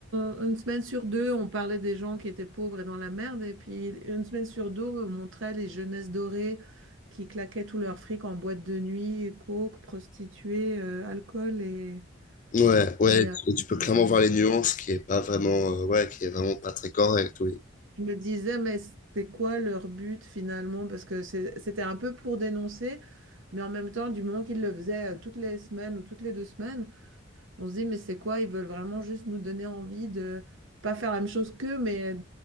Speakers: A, on the right; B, on the left.
A: un- une semaine sur deux, on parlait des gens qui étaient pauvres et dans la merde, et puis une semaine sur deux, on montrait les jeunesses dorées qui claquaient tout leur fric en boîte de nuit, coke, prostituées, euh, alcool. Et,
B: Ouais, ouais,
A: et euh,
B: tu tu peux clairement voir les nuances qui est pas vraiment, euh, ouais, qui est vraiment pas très correct, oui.
A: je me disais, mais c'est quoi leur but finalement? Parce que c'est- c'était un peu pour dénoncer, mais en même temps, du moment qu'ils le faisaient euh, toutes les semaines ou toutes les deux semaines, On se dit, mais c'est quoi? Ils veulent vraiment juste nous donner envie de pas faire la même chose qu'eux, mais